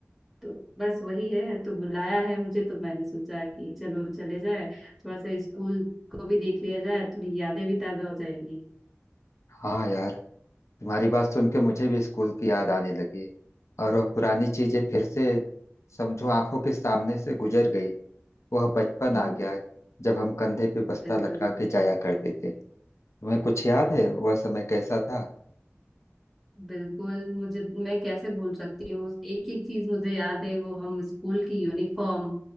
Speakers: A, in the centre; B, on the left.
A: तो बस वही है तो बुलाया है मुझे तो मैंने सोचा कि चलो चले जाए थोड़ा सा स्कूल को भी देख लिया जाए थोड़ी यादें भी ताजा हो जाएंगी
B: हाँ यार तुम्हारी बात सुन के मुझे भी स्कूल की याद आने लगी और वह पुरानी चीजें फिर से समझो आंखों के सामने से गुजर गई वह बचपन
A: <laughs>
B: आ गया जब हम कंधे पे बस्ता
A: बिल्कुल
B: लटका के जाया करते थे तुम्हें कुछ याद है वह समय कैसा था
A: बिल्कुल मुझे मैं कैसे भूल सकती हूँ एक एक चीज मुझे याद है वो हम स्कूल की यूनिफॉर्म